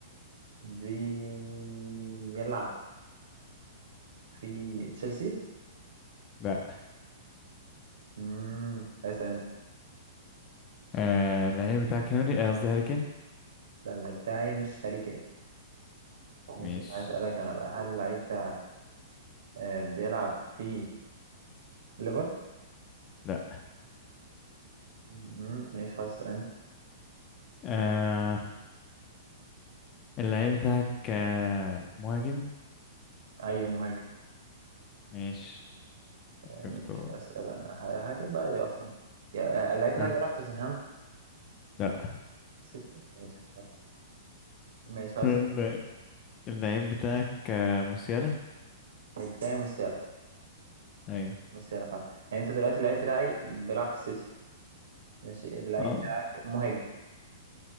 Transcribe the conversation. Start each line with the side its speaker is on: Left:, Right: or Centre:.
Right: بيلعب في تشيلسي؟
Left: لا
Right: امم اسأل انت
Left: آه اللعيب بتاعك هنري آه، قصدي هاري كين
Right: لا اللعيب بتاعي مش هاري كين
Left: مش
Right: ماشي هسألك انا بقى هل اللعيب بتاعك آه، بيلعب في ليفر؟
Left: لا
Right: امم ماشي خلاص اسأل انت
Left: آه اللعيب بتاعك آه مهاجم
Right: ايوه مهاجم
Left: مش عرفته
Right: ماشي اسأل انا ه- هكذا بقى ايه اصلا يا- اللعيب بتاعك
Left: آه
Right: بيلعب في توتنهام؟
Left: لا
Right: سيتي ماشي خلاص ماشي
Left: <laughs>
Right: خلاص
Left: لا اللعيب بتاعك آه، موسيالا
Right: اللعيب بتاعي موسيالا
Left: ايوه
Right: بس انا فاهم يعني انت دلوقتي اللعيب بتاعك بيلعب في السيتي ماشي اللعيب
Left: اه
Right: بتاعك مهاجم